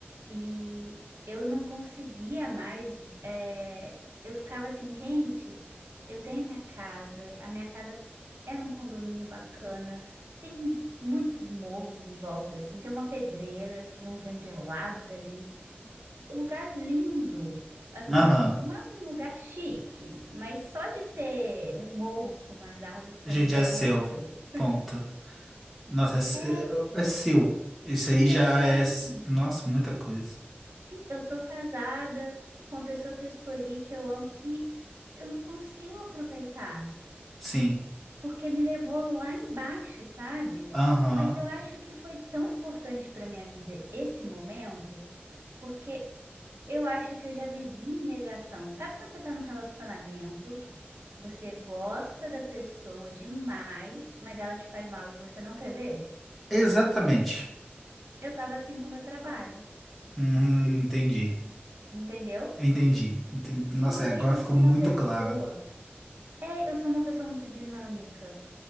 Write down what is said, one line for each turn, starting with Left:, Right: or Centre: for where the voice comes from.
Right: E eu não conseguia mais. é, eu ficava assim, gente, eu tenho minha casa, a minha casa é num condomínio bacana, tem muitos morros em volta, assim, tem uma pedreira que vem um vento gelado dali. Um lugar lindo, assim,
Centre: Aham.
Right: não é um lugar chique, mas só de ter um morro com umas árvores, para
Centre: Gente,
Right: mim já
Centre: é
Right: é
Centre: seu.
Right: maravilhoso.
Centre: Ponto. Nossa, é, se-
Right: É,
Centre: é é é seu. Isso aí
Right: e
Centre: já
Right: eu pensava
Centre: é. s-
Right: assim.
Centre: Nossa, muita coisa.
Right: Sim, eu tô casada com a pessoa que eu escolhi, que eu amo, e eu não consigo aproveitar,
Centre: Sim.
Right: porque me levou lá embaixo, sabe?
Centre: Aham.
Right: Mas eu acho que foi tão importante para minha vida esse momento, porque eu acho que eu já vivi em negação. Sabe quando você tá num relacionamento, você gosta da pessoa demais, mas ela te faz mal e você não quer ver?
Centre: Exatamente.
Right: Eu tava assim com o meu trabalho,
Centre: Hum, entendi.
Right: entendeu?
Centre: Entendi. Enten- Nossa,
Right: Porque
Centre: é, agora
Right: eu
Centre: ficou
Right: sou
Centre: muito
Right: uma pessoa.
Centre: claro.
Right: É, eu sou uma pessoa muito dinâmica.